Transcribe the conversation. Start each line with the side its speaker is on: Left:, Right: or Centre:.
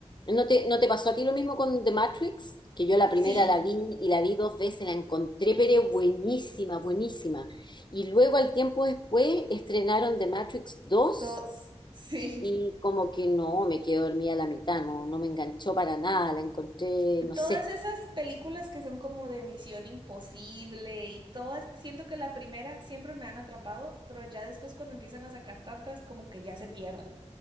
Left: ¿No te, no te pasó a ti lo mismo con The Matrix? Que yo la
Right: Sí,
Left: primera la vi y la vi dos veces, la encontré, pero buenísima, buenísima. Y luego al tiempo después estrenaron The Matrix dos
Right: dos, <laughs>
Left: y
Right: sí.
Left: como que no, me quedé dormida a la mitad, no, no me enganchó para nada, la encontré, no sé.
Right: Todas esas películas que son como de Misión Imposible y todas, siento que la primera siempre me han atrapado, pero ya después cuando empiezan a sacar tantas, como que ya se pierden,